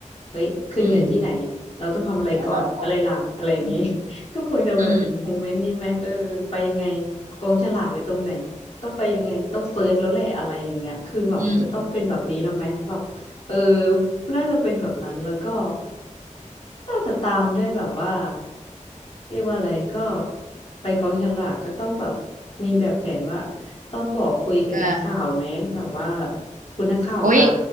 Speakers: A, on the left; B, on the right.
A: เฮ้ยขึ้นเงินที่ไหน
B: อืม
A: เราต้องทำอะไรก่อนอะไรหลังอะไรอย่างนี้
B: ไม่ต้องอืม
A: <laughs> ก็คงจะแบบโมเมนต์นี้ไหมเออไปยังไง
B: อืม
A: กองฉลากอยู่ตรงไหนต้องไปยังไงต้องเฟิร์สแล้วแหละอะไรอย่างเงี้ยคือแบบจะต้องเป็นแบบนี้แล้วไหมแบบ
B: อืมอืม
A: เออน่าจะเป็นแบบนั้นแล้วก็น่าจะตามด้วยแบบว่า เรียกว่าอะไรก็ไปกองฉลากก็ต้องแบบมีแบบแผนว่าต้องบอกคุยกับนักข่าวไหมแบบว่า
B: เออ
A: คุณนักข่าวคะ
B: อุ๊ย